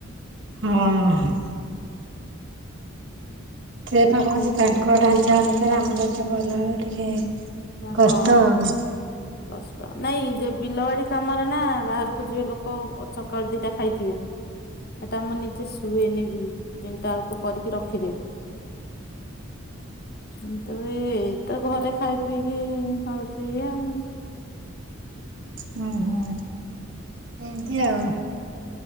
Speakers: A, on the right; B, on the left.
A: ହଁ। ସେପା କହୁଚି ତାଙ୍କ ଡାଞ୍ଚା ଅନୁସାରେ ଆମ ଡାଞ୍ଚା ପହିଲା ବେଳେ ଟିକେ କଷ୍ଟ
B: ହଁ
A: ଆଉ
B: କଷ୍ଟ ନାଇଁ ଯ ବିଲବାଡି କାମରେ ନା ବାହାରକୁ ଯିବେ ଲୋକ ସକାଳୁ ଦିଟା ଖାଇଥିବେ। ସେଟା ମୁଁ ନିଜେ ଶୁଏନିବି ତିନିଟା ବଳକୁ କରିକି ରଖିଦେବି। କିନ୍ତୁ ଏଇତ ଘରେ ଖାଇ ପିଇକି ହଉଚି ଇଏ ଆଉ।
A: ହୁଁ ହୁଁ। ଏମିତି ଆଉ।